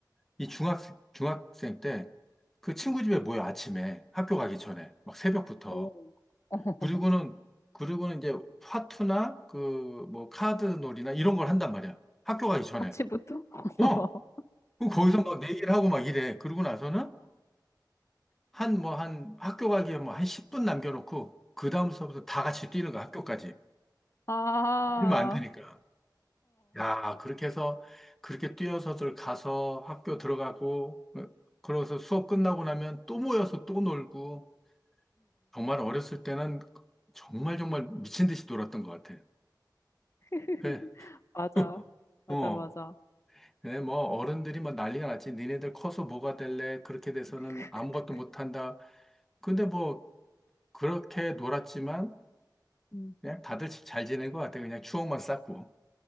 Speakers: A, in the centre; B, on the left (about 40°).
A: 이 중학생 중학생 때 그 친구
B: 응응
A: 집에 모여 아침에 학교 가기 전에 막 새벽부터
B: 오 <laughs>
A: 그리고는 그리고는 이제 화투나 그 뭐 카드 놀이나 이런 걸 한단 말이야. 학교 가기 전에.
B: 아침부터 <laughs>
A: 어? 그 거기서 막 내기를 하고 막 이래. 그러고 나서는 한 뭐 한 학교 가기에 뭐 한 10분 남겨놓고 그 다음 수업부터 다 같이 뛰는 거야 학교까지.
B: 어어아어응응응
A: 이러면 안 되니까. 야 그렇게 해서 그렇게 뛰어서들 가서 학교 들어가고 어, 그러고서 수업 끝나고 나면 또 모여서 또 놀고 정말 어렸을 때는 정말 정말 미친 듯이 놀았던 것 같아.
B: <laughs>
A: 그
B: 맞아
A: <laughs>
B: 맞아
A: 어.
B: 맞아
A: 네, 뭐, 어른들이 뭐 난리가 났지. 니네들 커서 뭐가 될래? 그렇게 돼서는
B: 크크크크
A: 아무것도 못한다. 근데 뭐, 그렇게 놀았지만
B: 음.
A: 그냥 다들 잘 지낸 것 같아. 그냥 추억만 쌓고.